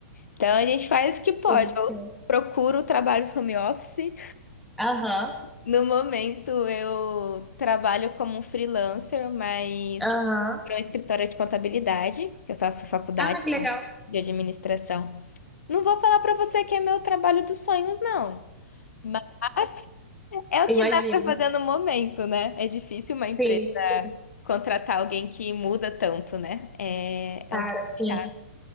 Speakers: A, on the left (about 70°); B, in the centre.
A: Então a gente faz o que pode.
B: Sim,
A: Eu
B: sim.
A: procuro trabalhos home office.
B: Aham.
A: No momento eu trabalho como freelancer, mas
B: Aham.
A: para um escritório de contabilidade, que eu faço faculdade
B: Ah, que legal.
A: de administração. Não vou falar para você que é meu trabalho dos sonhos, não. Mas é o que
B: Imagino.
A: dá para fazer no momento, né? É difícil uma empresa
B: Sim, sim.
A: contratar alguém que muda tanto, né? É,
B: Cara,
A: é um pouco
B: sim.
A: chato.